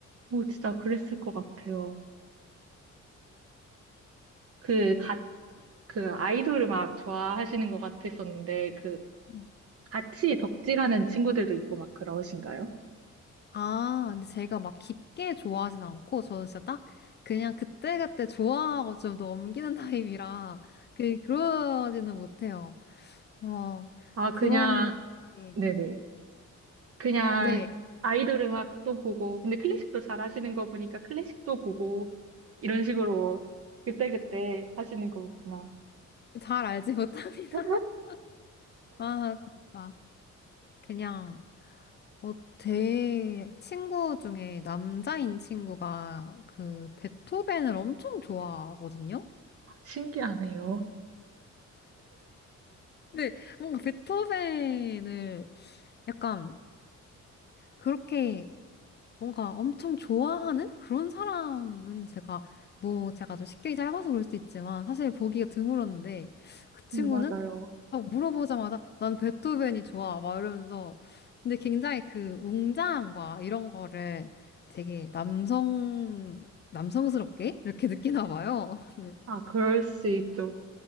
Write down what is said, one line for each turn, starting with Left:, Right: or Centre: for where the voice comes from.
Right: 오, 진짜 그랬을 것 같아요. 그, 가, 그 아이돌을 막 좋아하시는 것 같았었는데, 그,
Left: 네.
Right: 같이 덕질하는 친구들도 있고 막 그러신가요?
Left: 아, 근데 제가 막 깊게 좋아하진 않고, 저는 진짜 딱 그냥 그때그때 좋아하고 좀 넘기는 <laughs> 타입이라, 그, 그러지는 못해요. 어,
Right: 아, 그냥,
Left: 그런, 네.
Right: 네네. 그냥
Left: 네.
Right: 아이돌 음악도 보고, 근데 클래식도 잘 하시는 거 보니까 클래식도 보고, 이런 식으로 그때그때 하시는 거구나.
Left: 잘 알지 못합니다.
Right: 어?
Left: <laughs> 아, 진짜. 그냥. 어, 제 친구 중에 남자인 친구가 그 베토벤을 엄청 좋아하거든요?
Right: 신기하네요.
Left: 근데 뭔가 베토벤을 약간 그렇게 뭔가 엄청 좋아하는 그런 사람은 제가 뭐 제가 좀 식견이 짧아서 그럴 수도 있지만 사실 보기가 드물었는데 그 친구는
Right: 음, 맞아요.
Left: 막 물어보자마자 난 베토벤이 좋아 막 이러면서 근데 굉장히 그 웅장함과 이런 거를 되게 남성 남성스럽게 이렇게 느끼나 봐요. <laughs> 네.
Right: 아, 그럴 수 있죠.